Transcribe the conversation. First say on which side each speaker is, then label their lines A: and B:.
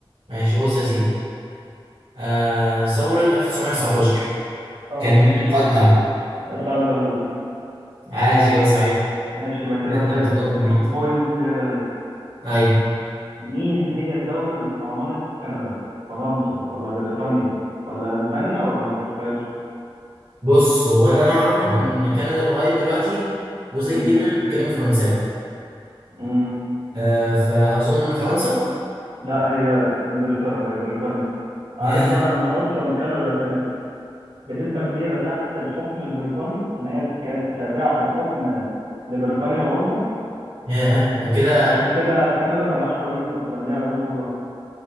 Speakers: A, on the right; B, on the right.
A: ماشي بص يا سيدي آه ثورة 1919
B: اه
A: كان مين القائد بتاعها؟
B: سعد زغلول
A: عاش ايوه صحيح
B: ماشي يبقى كده
A: كده
B: فرق
A: انت متقدم بنقطة
B: بوينت زيادة ليا
A: ايوه
B: مين هي الدولة اللي استعمرت كندا فرنسا ولا بريطانيا ولا اسبانيا ولا البرتغال
A: بص هو انا اللي انا اعرفه ان كندا لغاية دلوقتي جزء
B: امم
A: كبير منها بيتكلموا فرنساوي
B: امم
A: آه فاظن فرنسا
B: لا هي انجلترا هي بريطانيا عارف
A: ياه
B: بقى ان اصلا كندا كانت بنسبة كبيرة تحت الحكم البريطاني ان هي كانت تابعة في الحكم لبريطانيا العظمى
A: ياه ده كده
B: عشان كده كندا ملهاش رئيس اصلا ليها رئيس وزراء